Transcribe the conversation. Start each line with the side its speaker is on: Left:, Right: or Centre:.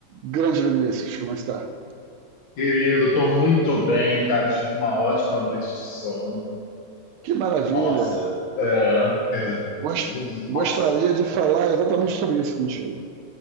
Right: Grande Vinícius, como está?
Left: Querido, tô muito bem, cara. Tive uma ótima noite de sono.
Right: Que maravilha!
Left: Nossa, é. quer dizer,
Right: Gost-
Left: Tipo,
Right: Gostaria
Left: nossa,
Right: de falar exatamente sobre isso contigo.